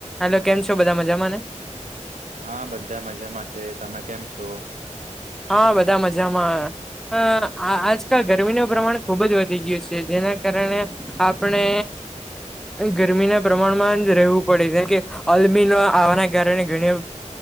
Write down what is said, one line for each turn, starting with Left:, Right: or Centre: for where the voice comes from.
Centre: Hello કેમ છો, બધા મજામાંને
Right: હા, બધા મજામાં છે, તમે કેમ છો.
Centre: હા, બધા મજામા અ આજકાલ ગરમીનું પ્રમાણ ખુબજ વધી ગયું છે, જેના કારણે આપણે ગરમીના પ્રમાણમાં જ રહેવું પડે જેમ, કે અલમી આવવાના કારણે ઘણી.